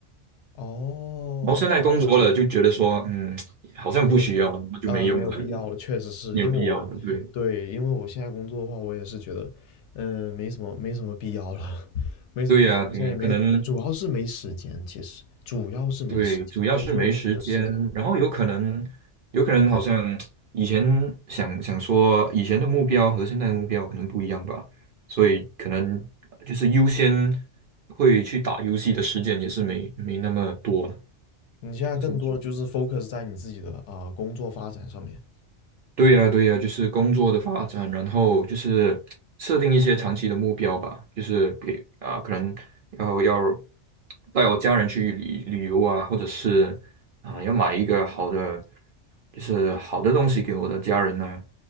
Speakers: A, on the left; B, on the right.
A: 哦，
B: 然后现在工作了，就觉得说，嗯，好像不需要，
A: 没有
B: 那么就没用了，
A: 呃，没有必要了，确实是因为我，
B: 没有必要了，对。
A: 对，因为我现在工作的话，我也是觉得，嗯、没什么，没什么必要了，<laughs> 没什么必要了，
B: 对呀，对呀，
A: 现在也没，
B: 可能
A: 主要是没时间，其实主要是没时间，
B: 对，主要是没时间，
A: 工作以后你的时间，
B: 然后有可能，有可能好像以前想想说以前的目标和现在的目标可能不一样吧，所以可能呃就是优先会去打游戏的时间也是没没那么多了，
A: 你现在更多的就是
B: 可以这么说。
A: focus 在你自己的啊、呃工作发展上面，
B: 对呀，对呀，就是工作的发展，然后就是设定一些长期的目标吧，就是给啊、可能要要带我家人去旅旅游啊，或者是啊、要买一个好的。就是好的东西给我的家人呢、